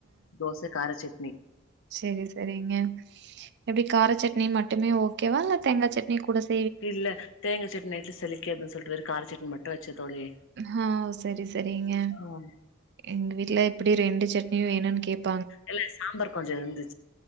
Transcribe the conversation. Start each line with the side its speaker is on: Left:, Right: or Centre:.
Left: தோச காரச்சட்னி
Right: செரி செரிங்க எப்டி காரச்சட் னி மட்டுமே ஓகேவா இல்ல தேங்கா சட்னியோ கூட சேர்த்து
Left: இல்ல தேங்கா சட்னி நைட்ல செலிக்காதுன்னு சொல்லிட்டு வெரோ காரச்சட்னி மட்டு வச்சே தோழி
Right: ஹா செரி செரிங்க
Left: ம்
Right: எங்க வீட்டுல எப்டி ரெண்டு சட்னியோ வேனுன்னு கேப்
Left: இல்ல சாம்பார் கொஞ்சோ இருந்துச்